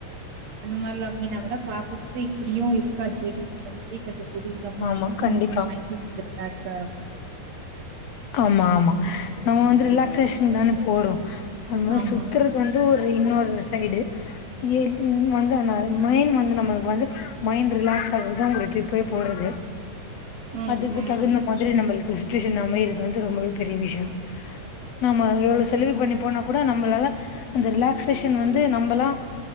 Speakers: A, on the right (about 50°); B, on the left (about 60°).
A: அந்த மார்லா மீன் அதெல்லா பாக்கும்போது இப்புடியு இருக்காச் செடி மாதிரி கொஞ்ச புது விதமா
B: ஆமா
A: இருக்கு
B: கண்டிப்பா
A: மைண்டு கொஞ்ச ரிலாக்ஸா இருக்கு
B: ஆமா ஆமா நம்ம வந்து ரிலாக்சேஷனுக்கு
A: ம்
B: தான போறோ அந்மா
A: ஆமா
B: சுத்தற இது வந்து ஒரு இன்னொரு சைடு எ ன் வந்து ம மயின் வந்து நம்மளுக்கு வந்து மைண்ட் ரிலாக்ஸ் ஆகறதுதா உங்ளுக் ட்ரிப்பே போறது
A: ம்
B: அதுக்கு
A: ம்
B: தகுந்த மாதிரி நம்மளுக்கு சுச்சுவேஷன் அமையறது வந்து ரொம்பவே பெரிய விஷயோ நம்ம எவ்வளவு
A: சிஸ்டர்.
B: செலவு பண்ணி போனா கூட நம்மளால அந்த ரிலாக்சேஷன் வந்து நம்பலா